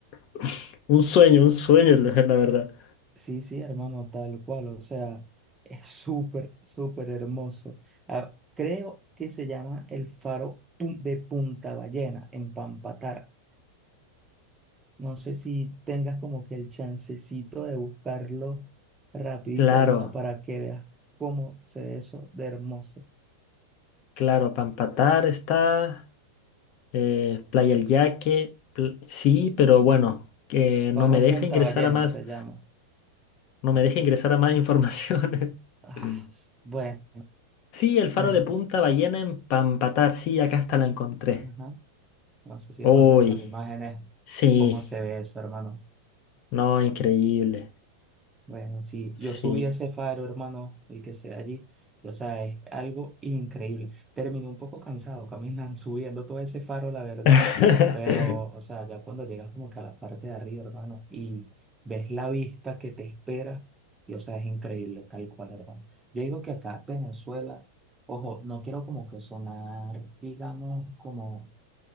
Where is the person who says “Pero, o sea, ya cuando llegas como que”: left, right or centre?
Right